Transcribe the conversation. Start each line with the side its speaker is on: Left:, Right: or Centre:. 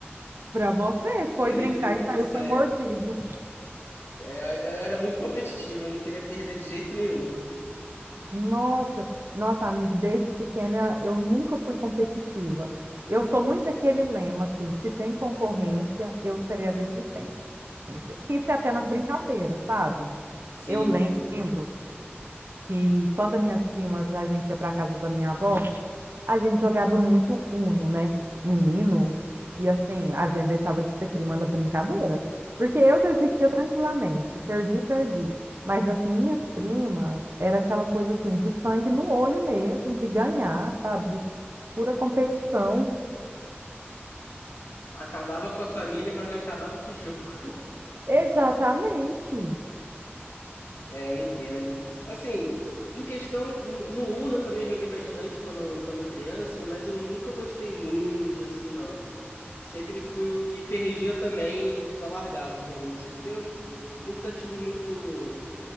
Right: Pra você, foi
Left: eu
Right: brincar
Left: levei muito
Right: e saiu,
Left: a sério.
Right: foi mordido.
Left: É, Eu era muito competitivo, eu não queria perder de jeito nenhum.
Right: Nossa, nossa, amiga, desde pequena eu nunca fui competitiva. Eu sou muito daquele lema, assim, se tem concorrência, eu serei a desistente. Isso é até nas brincadeiras, sabe?
Left: Sim,
Right: Eu lembro
Left: sim.
Right: que quando as minhas primas, a gente ia para casa da minha avó, a gente jogava muito Uno, né? Menino, e assim, a gente deixava de ser prima na brincadeira. Porque eu desistia tranquilamente, perdi, perdi. Mas as minhas primas era aquela coisa assim, de sangue no olho mesmo, de ganhar, sabe? De pura competição.
Left: Acabava com a família, mas não acabava com o jogo.
Right: Exatamente.
Left: É, eu entendo. Assim, em questão, no no Uno eu também joguei bastante quando, quando criança, mas eu nunca gostei muito, assim, não. Sempre fui o que perdia também e só largava no Uno, assim, porque eu nunca tive muito,